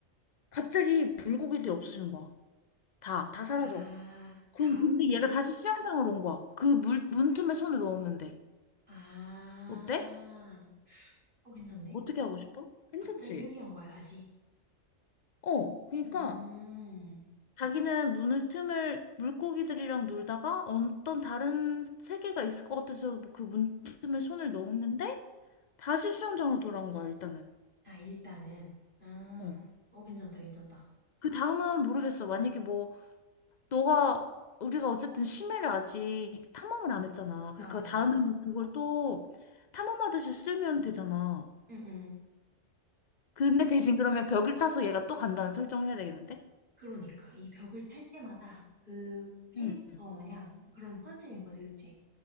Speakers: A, on the left; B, on the right.
A: 갑자기 물고기들이 없어지는 거야. 다, 다 사라져.
B: 아,
A: 그럼
B: 다.
A: 근데 얘가 다시 수영장으로 온 거야. 그 물, 문틈에 손을 넣었는데.
B: 아,
A: 어때?
B: 어, 괜찮네.
A: 어떻게 하고 싶어? 괜찮지?
B: 갑자기 회귀한 거야, 다시.
A: 어, 그러니까
B: 음,
A: 자기는 문을 틈을 물고기들이랑 놀다가 어떤 다른 세계가 있을 것 같아서 그 문틈에 손을 넣었는데 다시 수영장으로 돌아온 거야, 일단은.
B: 아, 일단은. 아,
A: 어.
B: 어, 괜찮다, 괜찮다.
A: 그 다음은 모르겠어. 만약에 뭐 너가 우리가 어쨌든 심해를 아직 탐험을 안 했잖아. 그러니까
B: 맞아,
A: 다음에는
B: 맞아.
A: 그걸 또 탐험하듯이 쓰면 되잖아.
B: 응, 응.
A: 근데 대신 그러면 벽을 차서 얘가 또 간다는 설정을 해야 되겠는데?
B: 그러니까. 이 벽을 탈 때마다 그
A: 응.
B: 해리포터 마냥 그런 컨셉인 거지, 그치?